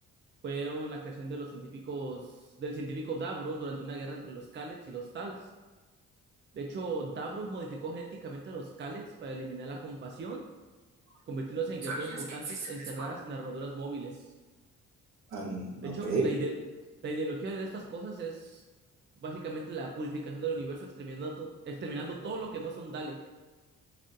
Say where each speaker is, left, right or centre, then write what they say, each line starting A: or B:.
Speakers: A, on the right; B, on the right.
A: Fueron la creación de los científicos, del científico Davros durante una guerra entre los Kallets y los Tals. De hecho, Davros modificó genéticamente a los Kallets para eliminar la compasión, convirtiéndose en
B: ¿Sabías
A: criaturas mutantes
B: que existe
A: encerradas
B: un espada?
A: en armaduras móviles.
B: Ah, mm,
A: De
B: ok.
A: hecho, la, ide- la ideología de estas cosas es básicamente la purificación del universo, exterminando, exterminando todo lo que no sea un Dale.